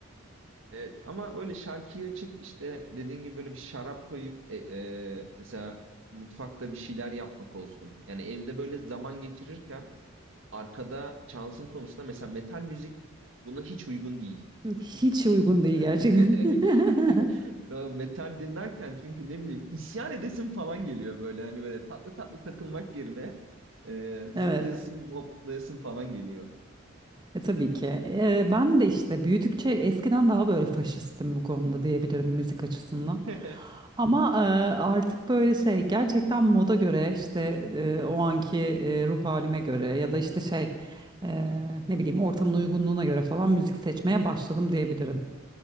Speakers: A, on the right; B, on the right.
A: Evet ama böyle şarkıyı açıp işte dediğin gibi böyle bir şarap koyup e, e, mesela mutfakta bir şeyler yapmak olsun. Yani evde böyle zaman geçirirken Arkada çalsın konusunda mesela metal müzik buna hiç uygun değil.
B: Hiç uygun değil
A: <laughs>
B: gerçekten. <laughs>
A: Ve Metal dinlerken çünkü ne bileyim isyan edesin falan geliyor böyle hani böyle tatlı tatlı takılmak yerine e, zıplayasın
B: Evet.
A: hoplayasın falan geliyor.
B: E, tabii ki. E, ben de işte büyüdükçe eskiden daha böyle faşistim bu konuda diyebilirim müzik açısından.
A: <laughs>
B: Ama e, artık böyle şey gerçekten moda göre işte e, o anki e, ruh halime göre ya da işte şey e, ne bileyim ortamın uygunluğuna göre falan müzik seçmeye başladım diyebilirim.